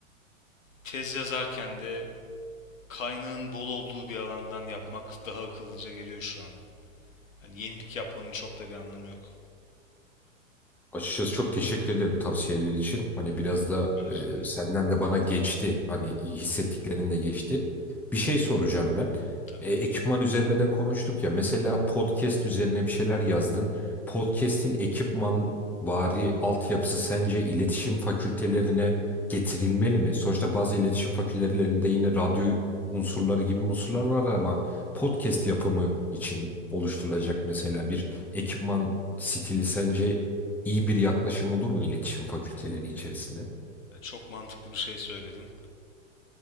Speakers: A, on the left; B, in the centre.
A: Tez yazarken de kaynağın bol olduğu bir alandan yapmak daha akıllıca geliyor şu an. Yani yenilik yapmanın çok da bir anlamı yok.
B: Açıkçası çok teşekkür ederim tavsiyeler için. Hani biraz da
A: Rica ederim.
B: e, senden de bana geçti. Hani hissettiklerin de geçti. Bir şey soracağım ben.
A: Tabii.
B: E, ekipman üzerine de konuştuk ya. Mesela podcast üzerine bir şeyler yazdın. Podcast'in ekipman vari altyapısı sence iletişim fakültelerine getirilmeli mi? Sonuçta bazı iletişim fakültelerinde yine radyo unsurları gibi unsurlar var ama podcast yapımı için oluşturulacak mesela bir ekipman stili sence iyi bir yaklaşım olur mu iletişim fakülteleri içerisinde?
A: Çok mantıklı bir şey söyledin.